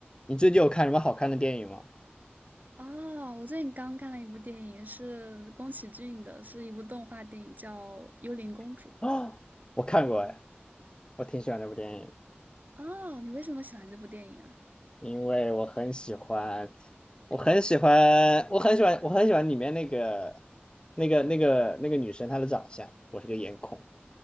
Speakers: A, on the left (about 25°); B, on the right (about 45°).
A: 你最近有看什么好看的电影吗？
B: 哦，我最近刚看了一部电影，是宫崎骏的，是一部动画电影，叫《幽灵公主》。
A: <gasps> 啊，我看过哎，我挺喜欢这部电影，
B: 哦，你为什么喜欢这部电影啊？
A: 因为我很喜欢，我很喜欢，我很喜欢，我很喜欢里面那个那个那个那个女生她的长相，我是个颜控，